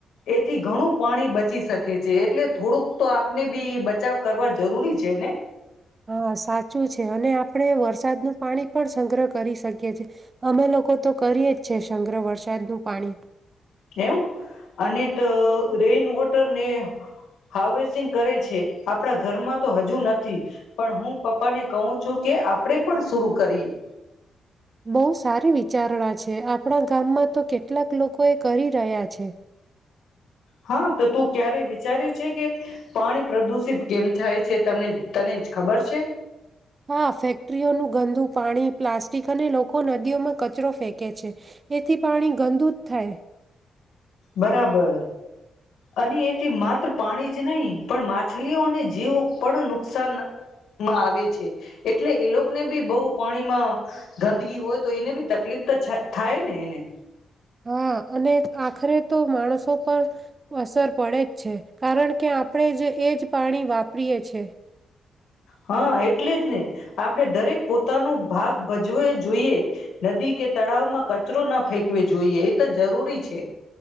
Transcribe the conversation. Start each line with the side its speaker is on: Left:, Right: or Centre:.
Left: એથી ઘણું પાણી બચી શકે છે, એટલે થોડુંક તો આપને બી બચાવ કરવા જરૂરી છે ને.
Right: હા, સાચું છે. અને આપણે વરસાદનું પાણી પણ સંગ્રહ કરી શકીએ છીએ, અમે લોકો તો કરીએ જ છે સંગ્રહ વરસાદનું પાણી.
Left: એવું, અને તો રેઈનવોટર ને હાર્વેસિંગ કરે છે. આપણા ઘરમાં તો હજુ નથી, પણ હું પપ્પાને કહું છું કે આપણેે પણ શરુ કરીએ.
Right: બહુ સારી વિચારણા છે. આપણા ગામમાં તો કેટલાક લોકો એ કરી રહ્યા છે.
Left: હા, તો તું ક્યારે વિચારે છે કે પાણી પ્રદુષિત કેમ થાય છે? તમને તને જ ખબર છે.
Right: હા, ફેક્ટરીઓનું ગંદુ પાણી, પ્લાસ્ટિક અને લોકો નદીઓમાં કચરો ફેંકે છે. એથી પાણી ગંદુ જ થાય.
Left: બરાબર, અને એથી માત્ર પાણી જ નહીં, પણ માછલીઓ અને જીવો પણ નુકસાનમાં આવે છે. એટલે એ લોકોને બી બહુ પાણીમાં ગંદગી હોય તો એને બી તકલીફ તો થાય ને એને.
Right: હા, અને આખરે તો માણસો પર અસર પડે જ છે, કારણ કે આપણે જ એ જ પાણી વાપરી એ છીએ.
Left: હા, એટલે જ ને આપણે દરેક પોતાનો ભાગ ભજવો જોઈએ. નદી કે તળાવમાં કચરો ના ફેંકવી જોઈએ, એ તો જરૂરી છે.